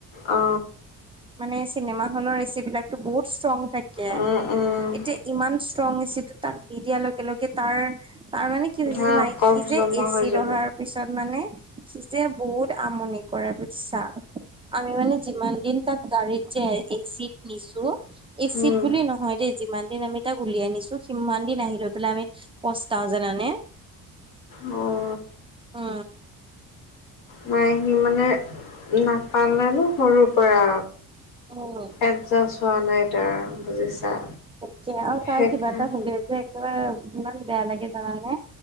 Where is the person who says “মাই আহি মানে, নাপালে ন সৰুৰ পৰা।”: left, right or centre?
Left